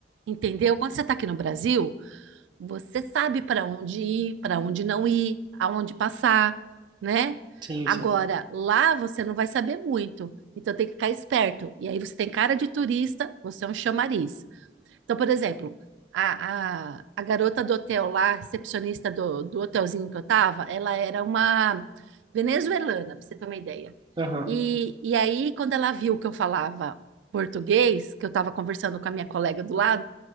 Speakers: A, on the right (about 85°); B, on the right (about 25°).
A: entendeu? Quando você tá aqui no Brasil, você sabe para onde ir, para onde não ir, aonde passar, né?
B: sim,
A: Agora,
B: sim.
A: lá você não vai saber muito. Então tem que ficar esperto. E aí você tem cara de turista, você é um chamariz. Então, por exemplo, a, a, a garota do hotel lá, recepcionista do, do hotelzinho que eu tava, ela era uma venezuelana, pra você ter uma ideia.
B: Aham,
A: E, e aí, quando ela viu que eu falava português, que eu tava conversando com a minha colega do lado,